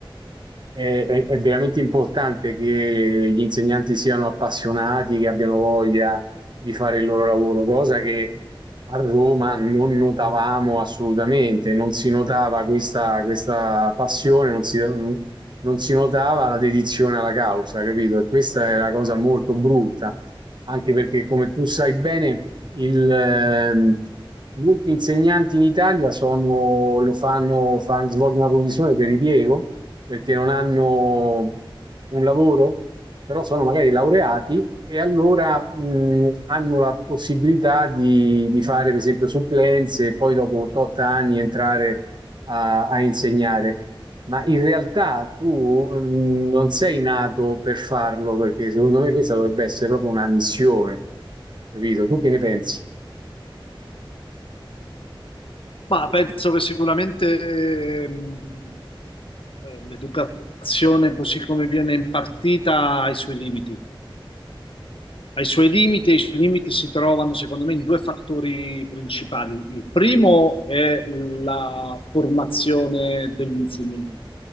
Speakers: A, on the right; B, on the left.
A: è, è- è veramente importante che gli insegnanti siano appassionati, che abbiano voglia di fare il loro lavoro, cosa che a Roma non notavamo assolutamente, non si notava questa, questa passione, non si, non si notava la dedizione alla causa, capito? E questa è una cosa molto brutta, anche perché, come tu sai bene, il, ehm, molti insegnanti in Italia sono, lo fanno, fan- svolgono una professione per ripiego, perché non hanno un lavoro, però sono magari laureati e allora mh, hanno la possibilità di, di fare, per esempio, supplenze e poi dopo 8 anni entrare a a insegnare. Ma in realtà tu mm, non sei nato per farlo, perché secondo me questa dovrebbe essere proprio una missione, capito? Tu che ne pensi?
B: Ma penso che sicuramente ehm, eh, l'educazione così come viene impartita ha i suoi limiti. Ha i suoi limiti e i suoi limiti si trovano, secondo me, in due fattori principali. Il primo è la formazione degli insegnanti